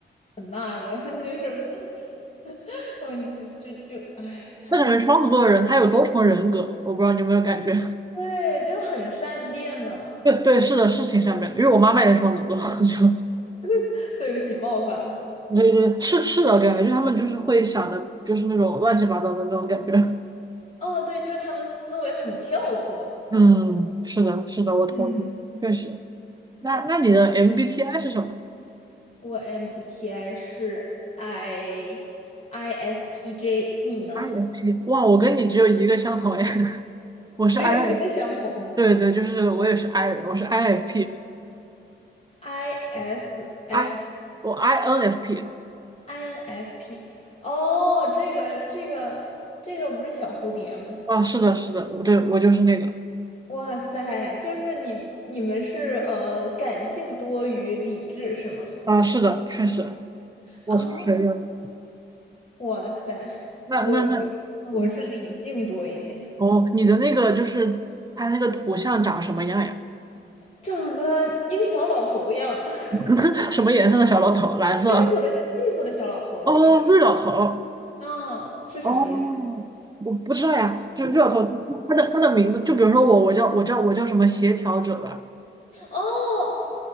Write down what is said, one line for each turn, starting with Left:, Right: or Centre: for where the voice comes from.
Left: 很那个，<laughs> 就是，<laughs> 嗯，就就就，哎，
Right: 那感觉双子座的人他有多重人格，我不知道你有没有感觉？
Left: 对，就很善变嘛。
Right: <laughs> 对对，是的，是挺善变的。因为我妈妈也是双子座，<laughs> 就
Left: <laughs> 对不起，冒犯了。
Right: 对对，是是的感觉，就他们就是会想的，就是那种乱七八糟的那种感觉。<laughs>
Left: 哦，对，就是他们思维很跳脱。
Right: 嗯，是的，是的，我同意，
Left: 嗯，
Right: 确实。那那你的 MBTI 是什么？
Left: 我 MBTI 是 I ISTJ，你呢？
Right: i s P，哇，我跟你只有一个相同哎，<laughs> 我是
Left: 只有一个相同
Right: I，对对，就是我也是 I 人，我是 IFP，I
Left: ，ISF
Right: 我 INFP，
Left: INFP。哦，这个这个这个不是小蝴蝶吗？
Right: 啊，是的，是的，我对我就是那个，
Left: 哇塞，就是你你们是呃感性多于理智是吗？
Right: 啊，是的，确实，我承认。
Left: 啊、哇塞，
Right: 那那那，
Left: 我我是理性多一点，
Right: 嗯，哦，你的那个就是它那个图像长什么样呀？
Left: 长得一个小老头一样，<laughs>
Right: <laughs> 什么颜色的小老头？蓝色？
Left: 绿色的绿色的小老头，我记得是，
Right: 哦，绿老头。
Left: 啊，是什么意思？
Right: 哦，我不知道呀，就绿老头，他的他的名字，就比如说我，我叫我叫我叫什么协调者吧，
Left: 哦